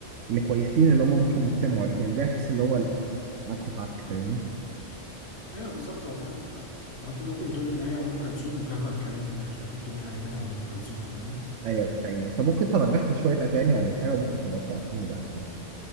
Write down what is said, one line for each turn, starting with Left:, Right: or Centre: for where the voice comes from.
Right: اللي كويسين اللي هم ممكن يتسمعوا لكن ده يحس اللي هو لا، عك في عك فاهمني
Left: ايوه بالظبط هو فاهم هو انت ممكن تقول ان هي ام كلثوم وكفى الكلام فاهم مش محتاج تقول حاجه تانية بعد ام كلثوم فاهمني
Right: ايوه ده حقيقي انت ممكن ترجح لي شويه اغاني ولا حاجه ممكن تبقى تبعتهم لي بعد كده